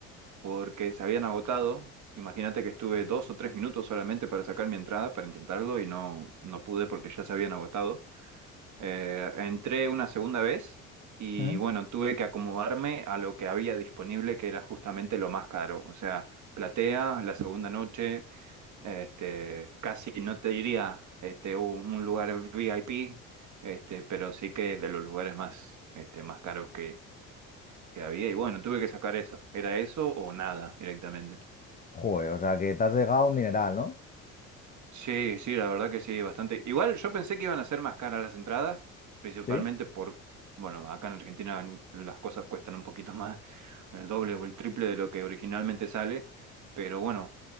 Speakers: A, on the right; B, on the left.
A: porque se habían agotado. Imagínate que estuve dos o tres minutos solamente para sacar mi entrada, para intentarlo, y no, no pude porque ya se habían agotado. Eh, entré una segunda vez y
B: ¿Mm?
A: bueno, tuve que acomodarme a lo que había disponible, que era justamente lo más caro. O sea, platea, la segunda noche, este, casi no te diría este, un, un lugar VIP, este, pero sí que es de los lugares más, este, más caros que, que había. Y bueno, tuve que sacar eso. ¿Era eso o nada directamente?
B: Joder, o sea que te has dejado un mineral, ¿no?
A: Sí, sí, la verdad que sí, bastante. Igual yo pensé que iban a ser más caras las entradas, principalmente
B: Sí,
A: por, bueno, acá en Argentina las cosas cuestan un poquito más, el doble o el triple de lo que originalmente sale, pero bueno,